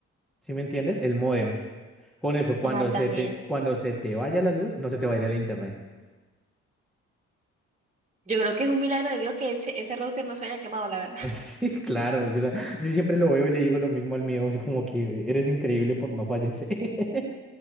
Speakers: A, in the centre; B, on the right.
A: ¿Sí me entiendes? El módem. Con eso, cuando
B: Ah, también.
A: se te, cuando se te vaya la luz, no se te va a ir el internet.
B: Yo creo que es un milagro de Dios que ese, ese router no se haya quemado, la verdad.
A: <laughs>
B: <laughs>
A: Sí, claro. Yo, da- yo siempre lo veo y le digo lo mismo al mío, así como que eres increíble por no fallecer. <laughs>